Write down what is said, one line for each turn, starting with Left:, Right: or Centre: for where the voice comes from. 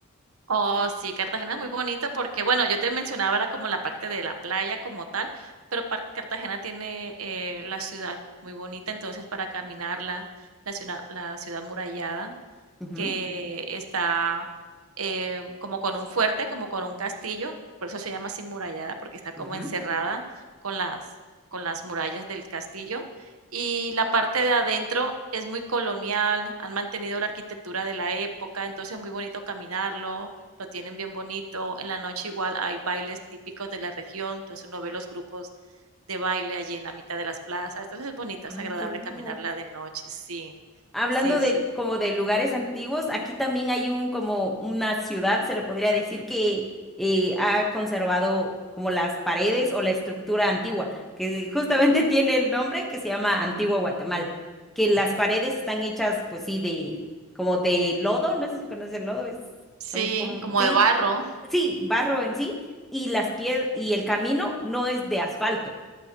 Right: Oh, sí, Cartagena es muy bonito porque, bueno, yo te mencionaba era como la parte de la playa como tal, pero par- Cartagena tiene eh, la ciudad muy bonita, entonces para caminarla, la ciudad, la ciudad murallada
Centre: Ujú,
Right: que está eh, como con un fuerte, como con un castillo, por eso se llama así murallada, porque está como
Centre: ujú.
Right: encerrada con las, con las murallas del castillo. Y la parte de adentro es muy colonial, han mantenido la arquitectura de la época, entonces es muy bonito caminarlo, lo tienen bien bonito. En la noche igual hay bailes típicos de la región, entonces uno ve los grupos de baile allí en la mitad de las plazas, entonces es bonito,
Centre: Ay,
Right: es agradable
Centre: qué lindo.
Right: caminarla de noche, sí,
Centre: Hablando
Right: sí,
Centre: de
Right: sí,
Centre: como de lugares antiguos, aquí también hay un como una ciudad, se le podría decir, que eh, ha conservado como las paredes o la estructura antigua, que justamente <laughs> tiene el nombre que se llama Antigua Guatemala, que las paredes están hechas, pues sí, de como de lodo, no sé si conoces el lodo, es,
Right: Sí,
Centre: son como,
Right: como
Centre: sí,
Right: de barro.
Centre: sí, barro en sí, y las piedras y el camino no es de asfalto